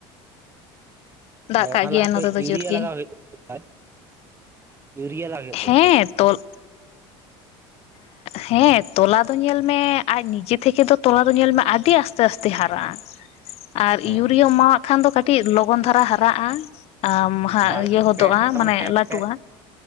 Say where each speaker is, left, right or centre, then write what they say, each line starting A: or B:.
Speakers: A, on the left; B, on the right.
A: ᱫᱟᱜ
B: ᱟᱨ
A: ᱠᱟᱜ
B: ᱚᱱᱟ
A: ᱜᱮᱭᱟᱭ
B: ᱞᱟᱦᱟᱛᱮ
A: ᱱᱚᱛᱮ ᱫᱚ
B: ᱤᱭᱩᱨᱤᱭᱟ
A: ᱡᱳᱨ ᱜᱮ
B: ᱞᱟᱜᱟᱣ ᱦᱩᱭᱩᱜ ᱛᱟᱯᱮᱭᱟ᱾ ᱤᱭᱩᱨᱤᱭᱟ ᱞᱟᱜᱟᱣ ᱦᱩᱭᱩᱜ ᱛᱟᱯᱮᱭᱟ
A: ᱦᱮᱸ
B: ᱛᱚ
A: ᱛᱚᱞ ᱦᱮᱸ ᱛᱚᱞᱟ ᱫᱚ ᱧᱮᱞ ᱢᱮ ᱟᱡ ᱱᱤᱡᱮ ᱛᱷᱮᱠᱮ ᱫᱚ ᱛᱚᱞᱟ ᱫᱚ ᱧᱮᱞ ᱢᱮ ᱟᱹᱰᱤ ᱟᱥᱛᱮ ᱟᱥᱛᱮ ᱦᱟᱨᱟᱜᱼᱟ᱾ ᱟᱨ
B: ᱦᱮᱸ
A: ᱤᱭᱩᱨᱤᱭᱟᱹᱢ ᱮᱢᱟᱣᱟᱜ ᱠᱷᱟᱱ ᱫᱚ ᱠᱟᱹᱴᱤᱡ ᱞᱚᱜᱚᱱ ᱫᱷᱟᱨᱟ ᱦᱟᱨᱟᱜᱼᱟ ᱟᱢ ᱦᱟᱸᱜ
B: ᱵᱟᱨ
A: ᱤᱭᱟᱹ ᱦᱚᱚᱫᱚᱜᱼᱟ
B: ᱯᱮ ᱛᱟᱨᱢᱟᱱᱮ
A: ᱢᱟᱱᱮ
B: ᱯᱮ
A: ᱞᱟᱹᱴᱩᱜᱼᱟ
B: ᱯᱮ